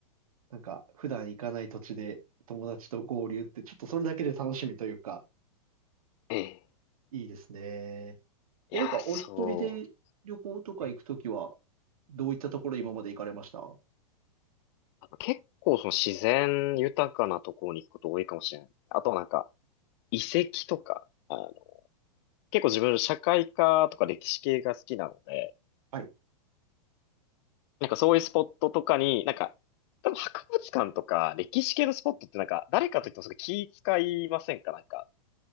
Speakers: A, on the right; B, on the left.
A: なんか、普段行かない土地で友達と合流って、ちょっとそれだけで楽しみというか、
B: ええ。
A: いいですね。
B: いや、
A: え、なんか、
B: そ
A: お一人で旅行とか行くときは、
B: う。ええ
A: どういったところ今まで行かれましたん
B: あと結構その自然豊かなところに行くこと多いかもしれない。あとなんか、遺跡とか、あの、結構自分社会科とか歴史系が好きなので、
A: はい。
B: なんかそういうスポットとかに、なんか、多分博物館とか歴史系のスポットってなんか、誰かといってもそれ気使いませんかなんか、